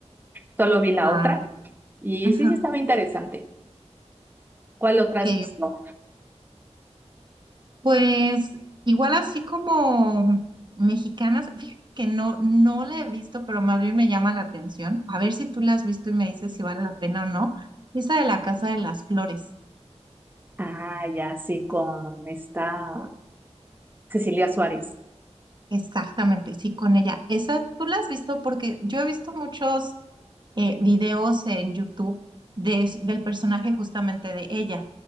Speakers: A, on the right (about 15°); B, on the right (about 40°).
A: solo vi la
B: Ah,
A: otra Y
B: ajá.
A: sí, sí estaba interesante. ¿Cuál otra
B: Ok,
A: has visto?
B: Pues igual así como mexicanas, fíjate que no, no la he visto, pero más bien me llama la atención. A ver si tú la has visto y me dices si vale la pena o no. Esa de la Casa de las Flores,
A: Ah, ya, sí, con esta Cecilia Suárez.
B: exactamente, sí, con ella. Esa tú la has visto porque yo he visto muchos eh, videos en YouTube de, s- del personaje justamente de ella